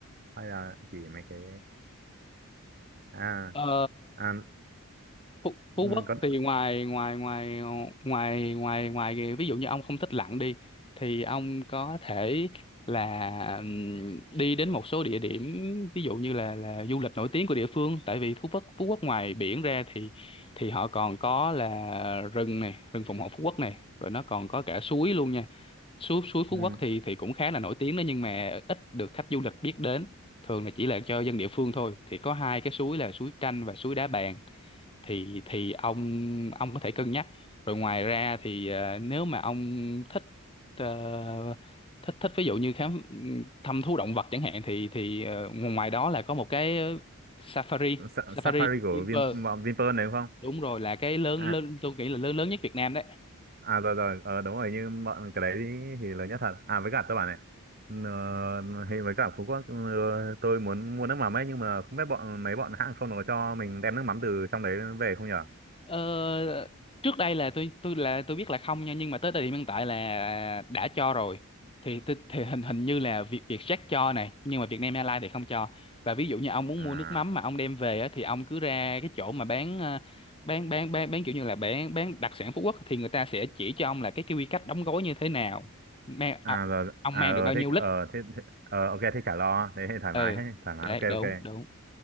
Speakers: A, on the right; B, on the left.
A: Hay là chỉ mấy cái... À
B: ờ
A: à
B: Phú, Phú
A: ừ,
B: Quốc
A: có
B: thì ngoài ngoài ngoài ngoài ngoài ngoài kìa, ví dụ như ông không thích lặn đi thì ông có thể là ừm, đi đến một số địa điểm ví dụ như là là du lịch nổi tiếng của địa phương tại vì Phú Quốc Phú Quốc ngoài biển ra thì thì họ còn có là rừng này rừng phòng hộ Phú Quốc này rồi nó còn có cả suối luôn nha suối suối Phú
A: ừ,
B: Quốc thì thì cũng khá là nổi tiếng đó nhưng mà ít được khách du lịch biết đến thường là chỉ là cho dân địa phương thôi thì có hai cái suối là suối Tranh và suối Đá Bàn thì thì ông ông có thể cân nhắc rồi ngoài ra thì ờ, nếu mà ông thích ờ, thích thích ví dụ như khám thăm thú động vật chẳng hạn thì thì ờ, ngoài đó là có một cái safari
A: Sa-
B: safari
A: Safari
B: của
A: của
B: Vinpearl
A: Vin bọn Vinpearl đấy đúng không
B: đúng rồi là cái lớn
A: à
B: lớn tôi nghĩ là lớn lớn nhất Việt Nam đấy
A: à rồi rồi ờ, đúng rồi nhưng bọn cái đấy thì, thì lớn nhất thật à với cả tôi bảo này ờ, thì với cả Phú Quốc ờ, tôi muốn mua nước mắm ấy nhưng mà không biết bọn mấy bọn hãng không nó có cho mình đem nước mắm từ trong đấy về không nhở
B: Ờ, trước đây là tôi tôi là tôi biết là không nha nhưng mà tới thời điểm hiện tại là đã cho rồi thì thì, thì hình hình như là Việt Vietjet cho này nhưng mà Vietnam Airlines thì không cho và ví dụ như ông muốn
A: à
B: mua nước mắm mà ông đem về á, thì ông cứ ra cái chỗ mà bán ờ, bán bán bán bán kiểu như là bán bán đặc sản Phú Quốc thì người ta sẽ chỉ cho ông là cái cái quy cách đóng gói như thế nào mang
A: à
B: à,
A: rồi
B: ông
A: à
B: mang
A: ờ
B: được bao nhiêu
A: thế
B: lít
A: ờ thế, thế ờ, ok thế chả lo thế thì thoải
B: ừ
A: mái thế thoải
B: để
A: mái ok ok
B: đúng đúng